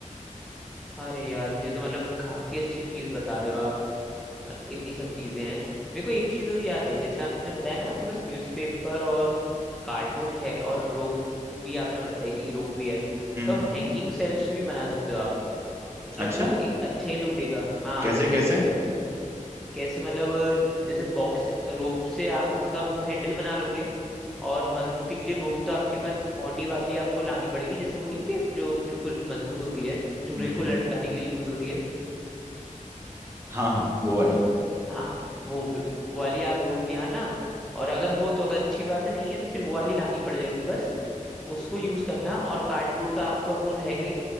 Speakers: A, in the centre; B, on the right (about 20°).
A: अरे यार ये तो मतलब काफी अच्छी चीज बता रहे हो आप मत- इतनी सब चीजें हैं मेरे को एक चीज और याद आई जैसे आपने बताया ना आपके पास न्यूज़पेपर और कार्डबोर्ड है और रोप भी आपने बताई थी कि रोप भी है
B: हम्म
A: तो
B: हम्म।
A: हैंगिंग सेल्स भी बना सकते हो आप मतलब
B: अच्छा
A: वो एक अच्छा ही लुक देगा हाँ
B: कैसे
A: हैंगिंग
B: कैसे
A: सेल कैसे मतलब अ, जैसे बॉक्स रोप से आप उनका वो हैंडल बना लोगे और मजबूती के लिए रोप तो आपके पास मोटी वाली आपको लानी पड़ेगी जैसे वो नहीं होती है जो बिल्कुल मजबूत होती है झूले
B: हम्म हम्म।
A: को लटकाने के लिए यूज होती है
B: हाँ हाँ वो वाली
A: हाँ वो ब- वो वाली आप रोप ले आना और अगर हो तो, तो अच्छी बात है नहीं है तो फिर वो वाली लानी पड़ जाएगी बस उसको यूज करना और कार्डबोर्ड का आपका वो रहेगा ही